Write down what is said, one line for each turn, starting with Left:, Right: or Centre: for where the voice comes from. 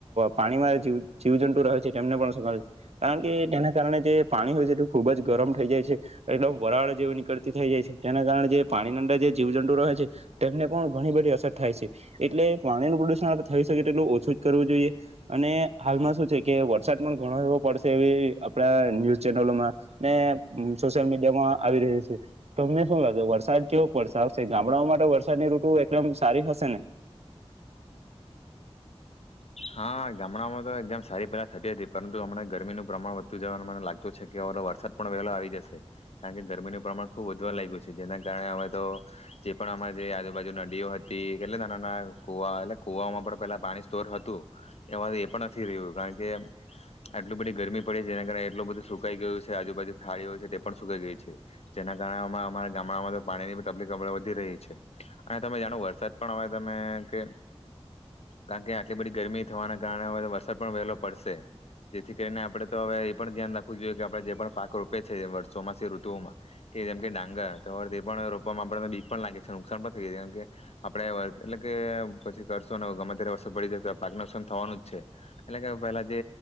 Right: પાણીમાં જીવજંતુ રહે છે તેમને પણ અસર કરે છે કારણ કે તેના કારણે જે પાણી હોય છે તે ખુબ જ ગરમ થઈ જાય છે એકદમ વરાળ જેવ નીકળતી થઈ જાય છે તેના કારણે જે પાણીની અંદર. જે જીવજંતુ રહે છે તેમને પણ ઘણી બધી અસર થાય છે એટલે પાણીનું પ્રદુષણ આપ થઈ શકે તેટલું ઓછું જ કરવું જોઈએ અને હાલમાં શું છે કે વરસાદ પણ ઘણો એવો પડશે એવી આપણા ન્યૂઝ ચેનલોમાં ને સોશિયલ મીડિયામાં આવી રહ્યો છે તમને શું લાગે વરસાદ કેવો. વરસાશે ગામડાઓ માટે વરસાદની ઋતુ એકદમ સારી હશે ને.
Left: હા ગામડામાં તો એકદમ સારી પહેલા થતી હતી પરંતુ હમ ગરમીનું પ્રમાણ વધતું જવાનું મને લાગતું છે કે હ વરસાદ પણ વહેલો આવી જશે કારણ કે ગરમીનું પ્રમાણ ખુબ વધુ લાગ ગયું છે જેના કારણે હવે તો જે પણ અમા જે આજુબાજુ નદીઓ હતી કેટલે નાના નાના. કુવા એટલે કુવામાં પણ પેલા પાણી સ્તોર હત. એ એ પણ નથી રહ્યું કારણ કે આટલી બધી ગરમી પડી છે જેના કારણે એટલું બધું સુકાઈ ગયું છે આજુબાજુ ખાડી હોય છે તે પણ સુકાઈ ગઈ છે જેના કારણે અમારા ગામડામાં તો પાણીની તકલીફ વધી રહી છે અને તમે જાણો વરસાદ પણ હવે તમે કે. ગા કે્યા. એટલી બધી ગરમી થના કારણે હવે વરસાદ. પણ વહેલો પડશે જેથી કરીને આપડે તો હવે એ પણ ધ્યાન રાખવું જોઈએ કે આપડણે જે પણ પાક રોપે છે વર્ષોમાંથી ઋતુઓમાં કે જેમ કે ડાંગર તો વર્ એ પણ રોપમાં આપને બીખ પણ લાગે છે નુકસાન પણ થઈ જાય છે કેમ કે આપડે વર્ એટલે કે પછી કરશો ને ગમે ત્યારે વરો પડી જ. પાક નુકસાન થવાનું જ છે એટલે કે પહેલા જે